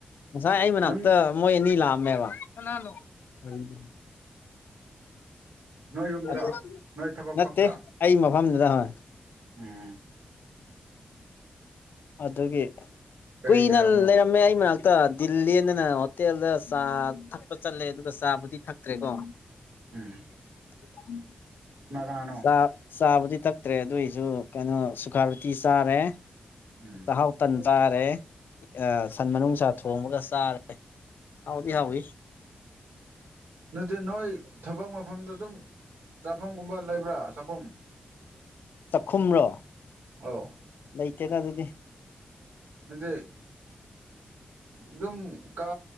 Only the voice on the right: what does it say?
ꯅꯪ
ꯅꯣꯏ ꯌꯨꯝꯗ꯭ꯔꯣ
ꯅꯣꯏ ꯊꯕꯛ
ꯐꯝꯗ꯭ꯔꯣ
ꯎꯝ
ꯀꯔꯤꯒꯤ
ꯂꯥꯛꯄꯅꯣ
ꯎꯝ
ꯀꯅꯥ ꯀꯅꯥꯅꯣ
ꯎꯝ
ꯎꯝ
ꯅꯠꯇ‌ꯦ ꯅꯣꯏ ꯊꯕꯛ ꯃ ꯃꯐꯝꯗ ꯑꯗꯨꯝ ꯆꯥꯐꯝꯒꯨꯝꯕ ꯂꯩꯕ꯭ꯔꯥ ꯆꯥꯛꯈꯨꯝ
ꯑꫭ
<inaudible> ꯑꯗꯨꯗꯤ ꯑꯗꯨꯝ ꯀ